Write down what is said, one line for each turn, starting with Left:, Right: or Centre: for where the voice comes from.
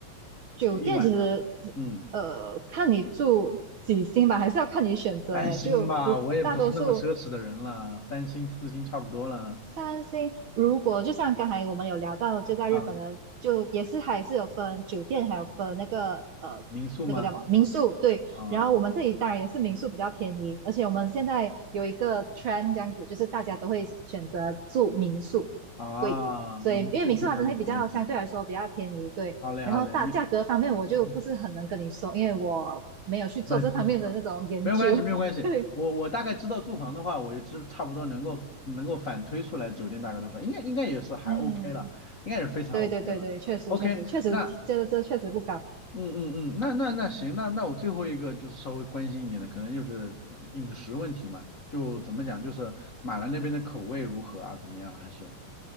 Right: 酒店其实
Left: 就一晚上。嗯，
Right: 呃看你住几星吧，还是要看你选择。
Left: 三星吧，
Right: 哎，就如大多数。
Left: 我也不是那么奢侈的人了，三星四星差不多了。
Right: 三星，如果就像刚才我们有聊到，就在日本的，
Left: 啊，
Right: 就也是还是有分酒店，还有分那个呃那个叫什么民宿，
Left: 民宿吗？
Right: 对。
Left: 啊。
Right: 然后我们这里当然也是民宿比较便宜，而且我们现在有一个 trend 这样子，就是大家都会选择住民宿，
Left: 啊，
Right: 对。所以因为民宿它真的会比较相对来说比较便宜，
Left: 民宿可以相对便宜一些。
Right: 对。
Left: 好嘞，
Right: 然后大价格方面我就不是很能跟你说，
Left: 好嘞，没，嗯嗯
Right: 因为我没有去做这方面的那种研究，
Left: 不是很清楚是吧？没有关系，没有关系。
Right: <laughs> 对，
Left: 我我大概知道住房的话，我就知差不多能够能够反推出来酒店大概多少，应该应该也是还
Right: 嗯。
Left: OK 了，应该也是非常
Right: 对对对对，
Left: OK 了。
Right: 确实确实确实，
Left: OK，那
Right: 这个这确实不高。
Left: 嗯嗯嗯，那那那行，那那我最后一个就是稍微关心一点的，可能就是呃饮食问题嘛，就怎么讲，就是马来那边的口味如何啊？怎么样啊？还是